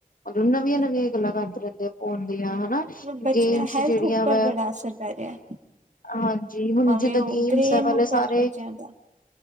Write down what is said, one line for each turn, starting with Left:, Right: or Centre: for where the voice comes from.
Left: ਮਤਲਬ ਨਵੀਆਂ-ਨਵੀਆਂ
Right: ਬਿਲਕੁਲ
Left: ਗੱਲਾਂ ਕਰਦੇ ਰਹਿੰਦੇ ਆ ਫੋਨ ਦੀਆਂ ਹਨਾ,
Right: ਬੱਚੇ
Left: ਗੇਮਸ
Right: ਹੈਲਥ
Left: ਜਿਹੜੀਆਂ
Right: ਉੱਪਰ
Left: ਵਾ
Right: ਬੜਾ ਅਸਰ ਪੈ ਰਿਹਾ।
Left: ਹਾਂਜੀ ਹੁਣ
Right: ਭਾਵੇਂ
Left: ਜਿੱਦਾਂ
Right: ਉਹ
Left: ਗੇਮਸ
Right: ਬ੍ਰੇਨ
Left: ਐ, ਪਹਿਲੇ
Right: ਉੱਪਰ
Left: ਸਾਰੇ,
Right: ਬੱਚਿਆਂ ਦਾ